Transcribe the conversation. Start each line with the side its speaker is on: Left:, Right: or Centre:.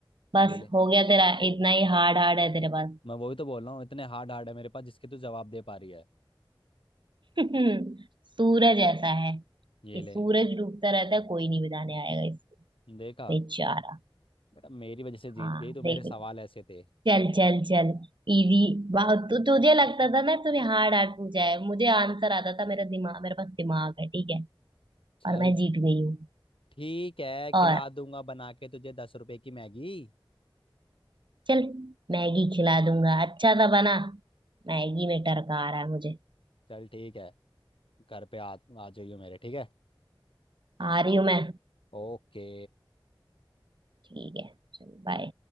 Right: बस
Left: ये ले
Right: हो गया तेरा इतना ही हार्ड हार्ड है तेरे पास
Left: मैं वही तो बोल रहा हूँ इतने हार्ड हार्ड है मेरे पास जिसके तू जवाब दे पा रही है
Right: <laughs> सूरज ऐसा है
Left: ये
Right: कि
Left: ले
Right: सूरज डूबता रहता है कोई नहीं बचाने आएगा इसको
Left: देखा
Right: बेचारा
Left: बेटा मेरी वजह से जीत
Right: हाँ
Left: गई तो
Right: देख
Left: मेरे सवाल ऐसे थे
Right: चल चल चल इजी बहुत तु, तुझे लगता था ना तूने हार्ड हार्ड पूछा है मुझे आंसर आता था मेरा दिमाग मेरे पास दिमाग है ठीक है
Left: चल
Right: और मैं जीत गई हूँ
Left: ठीक है
Right: और
Left: खिला दूंगा बना के तुझे दस रुपए की मैगी
Right: चल मैगी खिला दूंगा अच्छा था बना मैगी में टरका आ रहा है मुझे
Left: चल ठीक है घर पे आ आ जाइयो मेरे ठीक है
Right: आ रही हूँ मैं
Left: ओके
Right: ठीक है चल बाय